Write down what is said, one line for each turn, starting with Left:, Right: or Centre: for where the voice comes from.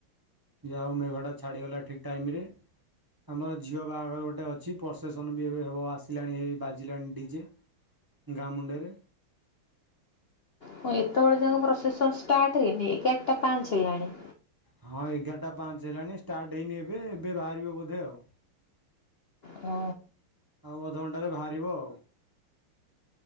Right: ଯାହା ହଉ ମେଘଟା ଛାଡ଼ିଗଲା ଠିକ୍ ଟାଇମ୍ ରେ। ଆମର ଝିଅ ବାହାଘର ଗୋଟେ ଅଛି ପ୍ରସେସନ ବି ଏବେ ହେବ ଆସିଲାଣି ହେଇ ବାଜିଲାଣି ଡିଜେ ଗାଁ ମୁଣ୍ଡେରେ
Left: କଣ ଏତେବେଳେ ଯାକ ପ୍ରୋସେସନ୍ ଷ୍ଟାର୍ଟ ହେଇନି ଏଗାରଟା ପାଞ୍ଚ ହେଲାଣି।
Right: ହଁ ଏଗାରଟା ପାଞ୍ଚ ହେଲାଣି ଷ୍ଟାର୍ଟ ହେଇନି ଏବେ ଏବେ ବାହାରିବ ବୋଧେ ଆଉ
Left: ଓ
Right: ଆଉ ଅଧଘଣ୍ଟାରେ ବାହାରିବ ଆଉ